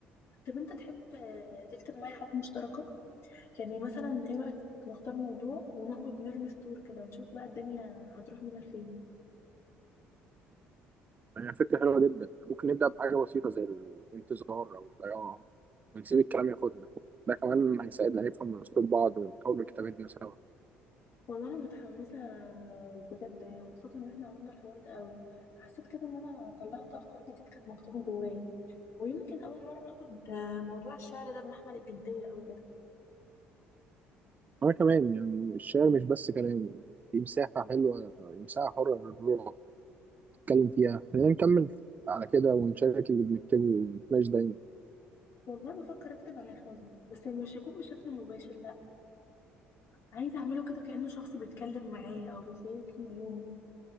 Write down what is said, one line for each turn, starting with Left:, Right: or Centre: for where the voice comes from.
Left: طب انت تحب آه، تكتب معايا حاجه مشتركه يعني مثلا ايه رأيك نختار موضوع ونقعد نرمي سطور كده ونشوف بقى الدنيا هتروح بينا لفين
Right: يعني فكرة حلوة جدا يعني ممكن نبدأ بحاجة بسيطة زي الانتظار أو الضياع ونسيب الكلام ياخدنا ده كمان هيساعدنا نفهم أسلوب بعض ونطور من كتابتنا سوا
Left: والله انا متحمسه بجد يعني مبسوطه ان احنا عملنا الحوار ده قوي حسيت كده ان انا طلعت افكار جديده كانت مكتومه جوايا ويمكن اول مره اخد موضوع الشعر ده بمحمل الجديه قوي كده
Right: أنا كمان يعني الشعر مش بس كلام دي مساحة حلوة مساحة حرة للروح نتكلم فيها خلينا نكمل على كده ونشارك اللي بنكتبه ونتناقش دايما
Left: والله بفكر اكتب عن الحزن بس يعني مش يكون بشكل مباشر لا عايزه اعمله كده كانه شخص بيتكلم معايا او بيشاركني اليوم